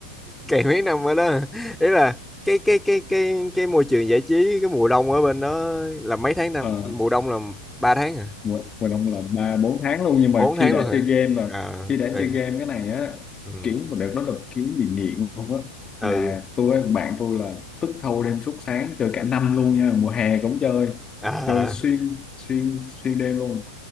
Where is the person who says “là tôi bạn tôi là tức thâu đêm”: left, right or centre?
Left